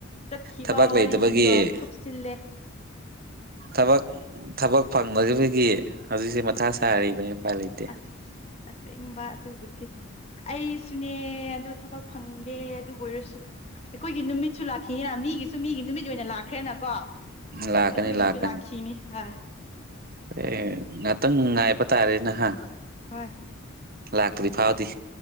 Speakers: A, on the left; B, on the right.
A: ꯆꯠꯈꯤꯕ
B: ꯊꯕꯛ
A: ꯋꯥꯔꯤꯁꯤꯡꯗꯣ
B: ꯂꯩꯇꯕꯒꯤ
A: ꯊꯨꯞꯆꯤꯜꯂꯦ
B: ꯊꯕꯛ ꯊꯕꯛ ꯐꯪꯕꯗꯨꯐꯤꯒꯤ ꯍꯧꯖꯤꯛꯁꯦ ꯃꯊꯥ ꯁꯥꯔꯤꯕꯅꯤ ꯎꯄꯥꯏ ꯂꯩꯇꯦ
A: ꯑꯁ ꯑꯁꯦꯡꯕ ꯑꯗꯨꯕꯨꯗꯤ ꯑꯩꯁꯨꯅꯦ ꯑꯗꯨ ꯊꯕꯛ ꯐꯪꯗꯦ ꯑꯗꯨꯕꯨ ꯑꯣꯏꯔꯁꯨ ꯑꯩꯈꯣꯏꯒꯤ ꯅꯨꯃꯤꯠꯁꯨ ꯂꯥꯛꯈꯤꯅꯤꯅ ꯃꯤꯒꯤꯁꯨ ꯃꯤꯒꯤ ꯅꯨꯃꯤꯠ ꯑꯣꯏꯅ ꯂꯥꯛꯈ꯭ꯔꯦꯅꯀꯣ
B: ꯂꯥꯛꯀꯅꯤ
A: ꯑꯩꯈꯣꯏꯒꯤꯁꯨ
B: ꯂꯥꯛꯀꯅꯤ
A: ꯂꯥꯛꯈꯤꯅꯤ ꯍꯥꯏ
B: ꯑꯦ ꯉꯥꯟꯇꯪ ꯉꯥꯏꯕ ꯇꯥꯔꯦꯅ ꯍ
A: ꯍꯣꯏ
B: ꯂꯥꯛꯇ꯭ꯔꯤꯐꯥꯎꯗꯤ